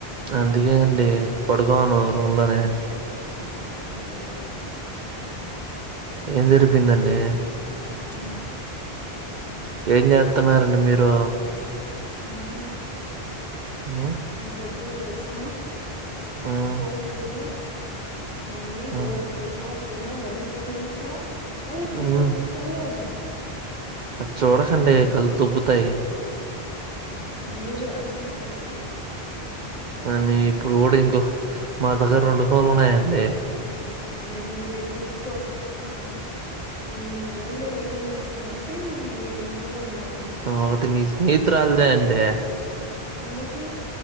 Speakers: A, on the right (about 55°); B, on the left (about 50°).
A: అందుకే అండి పడుకోనున్నాను రూమ్ లోనే
B: హ్మ్ సరిపోయింది
A: ఏం సరిపోయిందండి
B: ఉ
A: ఏం చేత్తన్నారండి మీరు
B: ఉహు
A: మ్మ్
B: నేను పొద్దున్న లేసిన
A: మ్మ్
B: ఫోన్ చూసినా మళ్ళీ
A: మ్మ్
B: దోస పోసినా తిన్నా మళ్ళీ ఫోన్ చూసినా మళ్ళీ ఇప్పుడు
A: మ్మ్
B: ఫోన్ చూస్తానే ఉన్నా
A: అది చూడకండి కళ్ళు దొబ్బుతయ్
B: మీరు అస్సలు చూడరా
A: నేన్ ఇప్పుడు కూడా ఇంకో మా దగ్గర రెండు ఫోన్లు ఉన్నాయండి
B: మరి ఇంగే చూస్కో ఆ రెండు ఫోన్లు మెయింటెన్ చేస్తున్నవు అంటే నువ్వు ఏ రేంజ్ లో ఉండాలో
A: ఒకటి మీ స్నేహితురాల్దే అండి
B: ఎందుకు